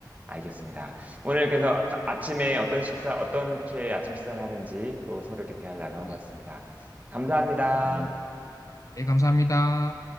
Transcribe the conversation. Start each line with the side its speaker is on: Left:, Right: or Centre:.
Right: 알겠습니다. 오늘 그래서 아- 아침에 어떤 식사, 어떻게 아침 식사를 하는지 또 서로 이렇게 대화를 나눠봤습니다.
Left: 네.
Right: 감사합니다.
Left: 네. 네, 감사합니다.